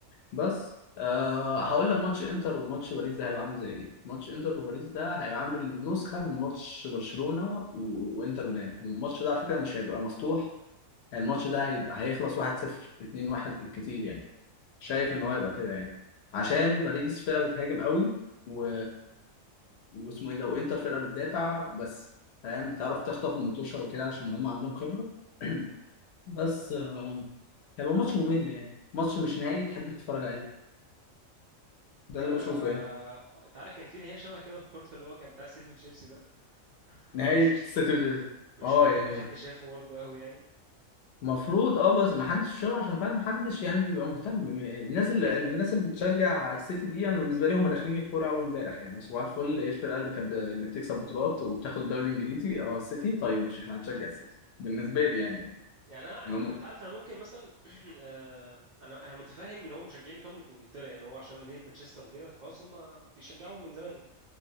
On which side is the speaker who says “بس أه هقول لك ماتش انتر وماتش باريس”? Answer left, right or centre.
Left